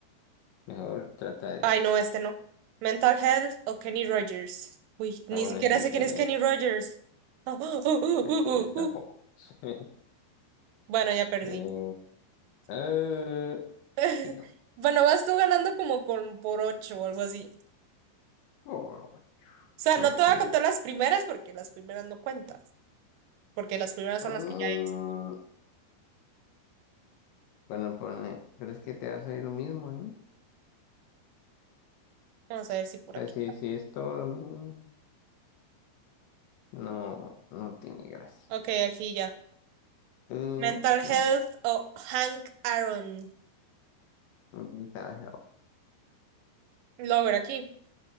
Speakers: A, on the left; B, on the right.
A: Mejor trata de.
B: ay, no, este no. Mental Health o Kenny Rogers. Uy, ni
A: Ah, bueno,
B: siquiera
A: es diferente.
B: sé quién es Kenny Rogers. <laughs> Ah, uh, uh,
A: Pues
B: uh,
A: yo tampoco.
B: uh, uh.
A: <laughs>
B: Bueno, ya perdí.
A: eh, eh,
B: <laughs>
A: sí, no.
B: Bueno, vas tú ganando como con por ocho o algo así.
A: Por, bueno,
B: O sea,
A: son
B: no
A: como.
B: te voy a contar las primeras porque las primeras no cuentan. Porque las primeras son
A: mm,
B: las que ya hice.
A: bueno, pone. Pero es que te va a salir lo mismo, ¿eh? O
B: Vamos a ver si por
A: sea,
B: aquí.
A: si, si es todo lo mismo, no, no tiene gracia.
B: Ok, aquí ya.
A: Eh,
B: Mental
A: ok.
B: Health o Hank Aaron.
A: Mensaje.
B: Lo voy a ver aquí.